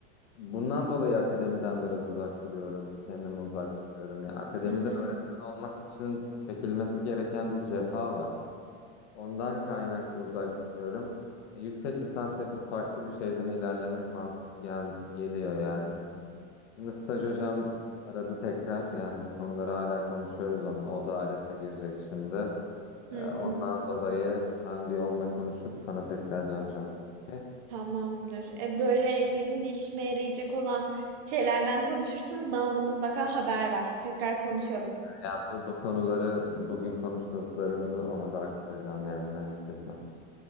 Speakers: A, on the left; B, on the right.
A: Bundan dolayı akademiden biraz uzak duruyorum. Kendimi uzak tutuyorum. Ya akademide
B: Hı hı.
A: öğretmen olmak için çekilmesi gereken bir cefa var. Ondan kaynaklı uzak tutuyorum. Ya yüksek lisans yapıp farklı bir şeyden ilerlemek mantıklı gel geliyor yani. Şimdi staj hocam aradı tekrar. Yani bu konuları hala konuşuyoruz onun. O da ALES'e girecek şimdi. Ee,
B: Hı
A: ondan
B: hı.
A: dolayı ben bir onunla konuşup sana tekrar döneceğim. Okey?
B: Tamamdır. E böyle benim de işime yarayacak olan şeylerden konuşursanız bana da mutlaka haber ver. Tekrar konuşalım.
A: Yani bu, bu konuları bugün konuştuklarımızı ona da aktaracağım yani merak etme.